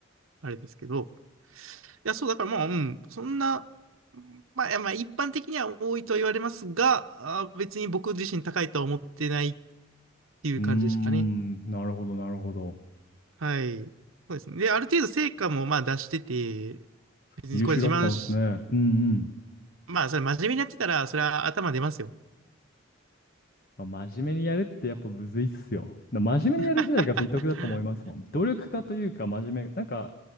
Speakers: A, on the right; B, on the left.
A: あれですけど。いや、そう、だからまあ、うん、そんな、まあ、いやまあ、一般的には多いとは言われますが、あー、別に僕自身高いとは思ってないっていう感じでしたかね。
B: うーん、なるほど、なるほど。
A: はい。そうですね。で、ある程度成果もまあ出してて、別にこれ自慢し、
B: 優秀だったんですね。うんうん。
A: まあ、それ真面目にやってたら、それは頭出ますよ。
B: まあ真面目にやるってやっぱむずいっすよ。な真面目にやる時代が美徳だと思いますもん。
A: <laughs>
B: 努力家というか真面目、なんか、